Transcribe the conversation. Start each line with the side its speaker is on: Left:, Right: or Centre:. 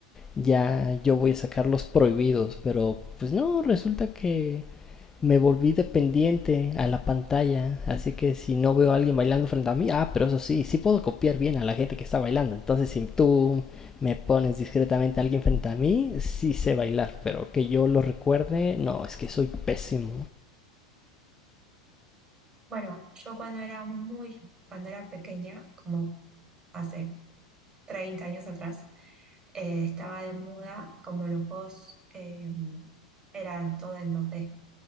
Left: ya yo voy a sacar los prohibidos, pero pues no, resulta que me volví dependiente a la pantalla, así que si no veo a alguien bailando frente a mí, ah, pero eso sí, sí puedo copiar bien a la gente que está bailando. Entonces, si tú me pones discretamente a alguien frente a mí, sí sé bailar, pero que yo lo recuerde, no, es que soy pésimo.
Right: Bueno, yo cuando era muy, cuando era pequeña, como hace 30 años atrás, eh, estaba de muda, como los juegos eh, eran todo en dos d